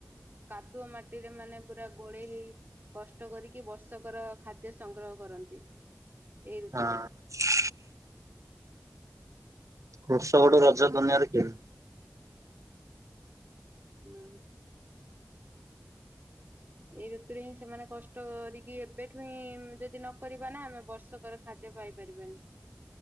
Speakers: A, on the right (about 40°); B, on the right (about 75°).
A: କାଦୁଅ ମାଟିରେ ମାନେ ପୁରା ଗୋଳେଇ ହେଇ କଷ୍ଟ କରିକି ବର୍ଷକର ଖାଦ୍ୟ ସଂଗ୍ରହ କରନ୍ତି। ଏଇ
B: ହଁ।
A: ଋତୁରେ
B: କୃଷକ ଠୁ ରଜ ଦୁନିଆରେ କେହିଁ
A: ହୁଁ। ଏଇ ଋତୁରେ ହିଁ ସେମାନେ କଷ୍ଟ କରିକି ଏବେଠୁ ହିଁ ଯଦି ନକରିବେ ନା ଆମେ ବର୍ଷ କର ଖାଦ୍ୟ ପାଇପାରିବାନି।